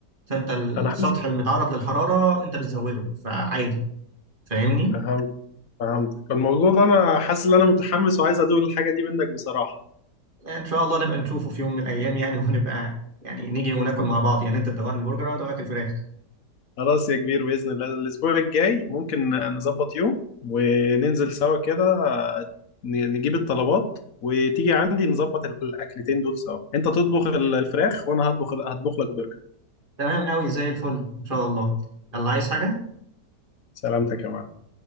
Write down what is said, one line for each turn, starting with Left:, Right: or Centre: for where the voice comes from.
Right: فانت السطح
Left: انا حاسس
Right: المتعرض للحراره انت بتزوده فعادي فاهمني
Left: فهمت فهمتك الموضوع ده انا حاسس ان انا متحمس وعايز ادوق الحاجة دي منك بصراحة
Right: ان شاء الله نبقى نشوفه في يوم من الايام يعني <laughs> ونبقى يعني نيجي وناكل مع بعض يعني انت تدوقني البرجر وانا ادوقك الفراخ
Left: خلاص يا كبير بإذن الله الاسبوع الجاي ممكن نظبط يوم وننزل سوا كده آه، ن- نجيب الطلبات وتيجي عندي نظبط الاكلتين دول سوا انت تطبخ الفراخ وانا هطبخ هطبخ لك برجر
Right: تمام قوي زي الفل ان شاء الله الله عايز حاجه
Left: سلامتك يا معلم